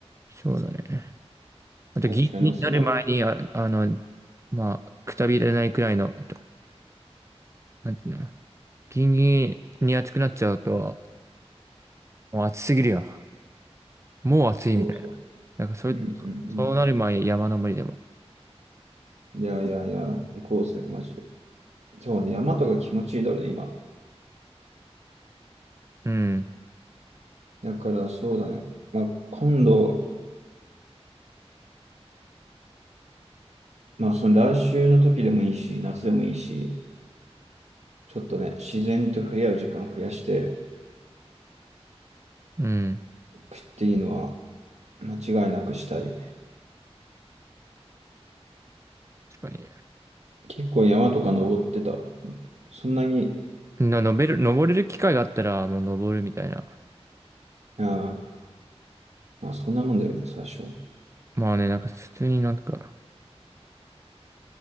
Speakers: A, on the right; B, on the right.
A: そうだね。あとギンギンになる前に、
B: 確かに、その、
A: あ、あの、まあ、くたびれないくらいの、となんていうの、ギンギンに暑くなっちゃうと、もう暑すぎるよ。もう暑いみたいな。
B: そうそ
A: なんかそういう、
B: う。うんうん
A: そうなる前、山登りでも。
B: うん。いやいやいや、行こうぜ、マジで。そうね、山とか気持ちいいだろうね、今。
A: うん、
B: だからそうだね。まあ、今度、まあ、その来週の時でもいいし、夏でもいいし、ちょっとね、自然と触れ合う時間増やして
A: うん。
B: 食っていいのは間違いなくしたいよね。
A: 確かに。
B: 結構山とか登ってた。そんなに、
A: な、登れる、登れる機会があったら、もう登るみたいな。
B: あーまあ、そんなもんだよね、最初は。
A: まあね、なんか普通になんか、